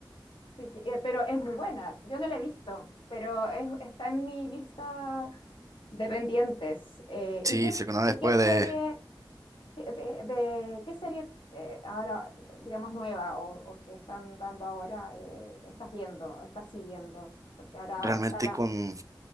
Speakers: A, on the left; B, on the right.
A: sí, que- eh, pero es muy buena. Yo no la he visto, pero es- está en mi lista Dependientes. Eh,
B: Sí,
A: ¿y qué,
B: segunda
A: y
B: vez puede
A: qué serie, de, de- qué serie eh, ahora, digamos, nueva o, o que están dando ahora, eh, estás viendo, estás siguiendo? Porque ahora
B: realmente
A: está la...
B: con